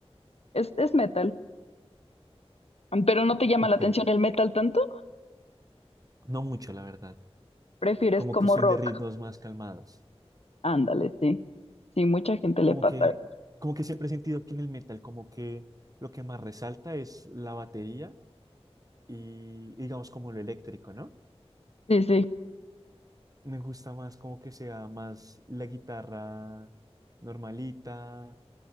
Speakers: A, on the left; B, on the right.
A: Es, es metal, pero no te llama
B: Ok,
A: la atención el metal tanto,
B: no mucho, la verdad.
A: prefieres
B: Como
A: como
B: que soy
A: rock.
B: de ritmos más calmados.
A: Ándale, sí, sí, mucha gente le
B: Como
A: pasa.
B: que,
A: eso.
B: como que siempre he sentido que en el metal, como que lo que más resalta es la batería y digamos como lo eléctrico, ¿no?
A: Sí, sí,
B: Me gusta más como que sea más la guitarra normalita,